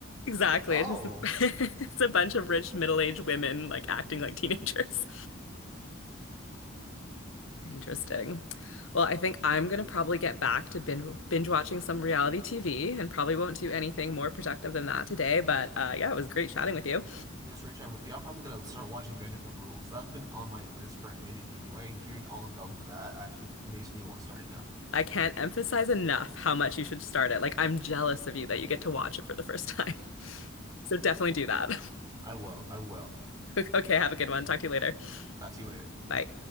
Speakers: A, on the left (about 80°); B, on the right (about 20°).
A: Exactly.
B: oh."
A: It's just a, <laughs> it's a bunch of rich middle-aged women like acting like teenagers. Very interesting. Well, I think I'm gonna probably get back to binge binge watching some reality TV and probably won't do anything more productive than that today. But uh, yeah, it was great chatting with you.
B: It was great chatting with you. I'm probably gonna start watching Vanderpump Rules. That's been on my list for a minute anyway, and hearing all about that actually makes me want to start it now.
A: I can't emphasize enough how much you should start it. Like, I'm jealous of you that you get to watch it for the first time. <laughs> So definitely do that.
B: <laughs> I will. I will.
A: <laughs> Okay, have a good one. Talk to you later.
B: Talk to you later.
A: Bye.